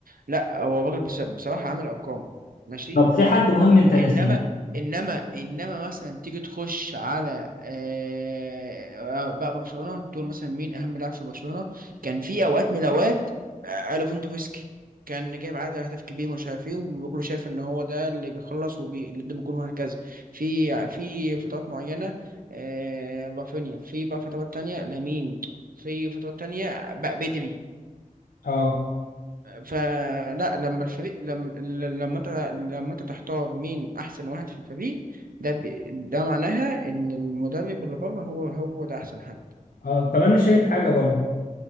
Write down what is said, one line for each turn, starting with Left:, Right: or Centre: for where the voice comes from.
Right: لأ هو الراجل بص- بصراحة عامل أرقام ماشي
Left: طب في حد مهم انت ناسيه
Right: انما انما انما مثلا تيجي تخش على آه، بقى برشلونه تقول مثلا مين اهم لاعب في برشلونه كان في اوقات من الاوقات آه، ليفاندوفسكي كان جايب عدد اهداف كبير ومش عارف ايه وكله شايف ان هو ده اللي بيخلص وبي اللي قدام الجون وهكذا في في فترات معينه آه، رافينيا في بقى فترات تانية لامين في فترات تانية بقى بدري
Left: اه
Right: فلا لما الفريق لما لما انت لما انت تحتار مين احسن واحد في الفريق ده بي... ده معناها ان المدرب اللي بره هو هو ده احسن حد
Left: اه طب انا شايف حاجه برضه